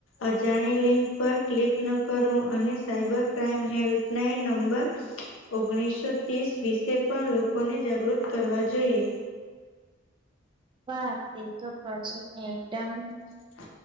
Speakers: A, on the left; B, on the right.
A: અજાણી લિંક પર ક્લિક ન કરવું, અને સાયબર ક્રાાઈમ હેલ્પલાઇન નંબર ઓગણીસો ત્રીસ વિશે પણ લોકોને જાગૃત કરવા જોઈએ.
B: બસ તે તો પ્રોજેક્ટ ને એકદમ
A: <inaudible>